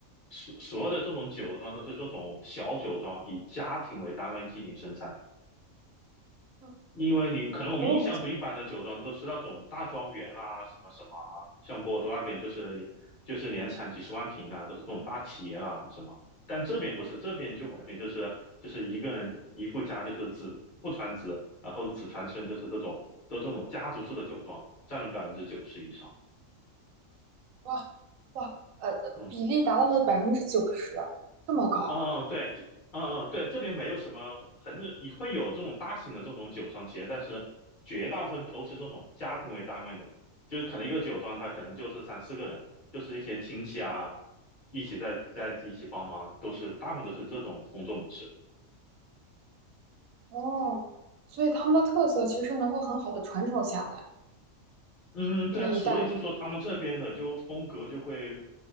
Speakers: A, on the left; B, on the right.
A: 所所有的这种酒庄都是这种小酒庄，以家庭为单位进行生产。
B: 嗯，
A: 因为你可能我们印象中一般的酒庄都是那种大庄园啊，
B: 哦，
A: 什么什么啊，像波尔多那边就是就是年产几十万瓶啊，都是这种大企业啊什么。但这边不是，这边就完全就是就是一个人一户家就是子父传子，然后子传孙，就是这种都是这种家族式的酒庄，占了百分之九十以上。
B: 哇哇，呃，
A: 嗯，
B: 比例达到了百分之九十，这么高
A: 嗯，对，就嗯嗯对，这边没有什么很也会有这种大型的这种酒商企业，但是绝大部分都是这种家庭为单位的，就是可能一个酒庄它可能就是三四个人，就是一些亲戚啊，一起在在一起帮忙，都是大部分都是这种工作模式。
B: 哦。所以他们的特色其实能够很好的传承下来，
A: 嗯，
B: 因为一代。
A: 对啊，所以就说他们这边的就风格就会